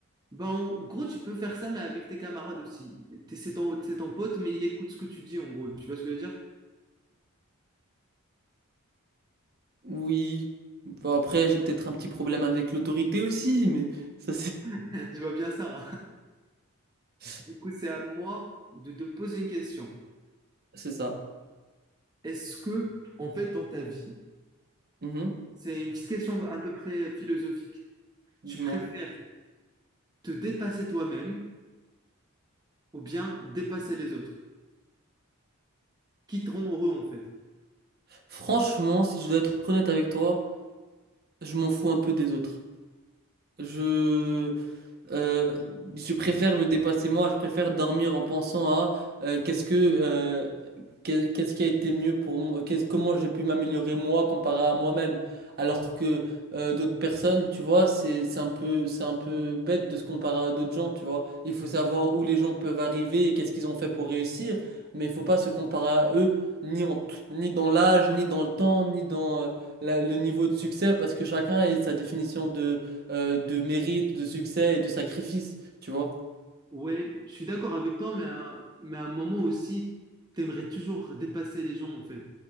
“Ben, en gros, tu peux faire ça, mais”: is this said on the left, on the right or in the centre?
Right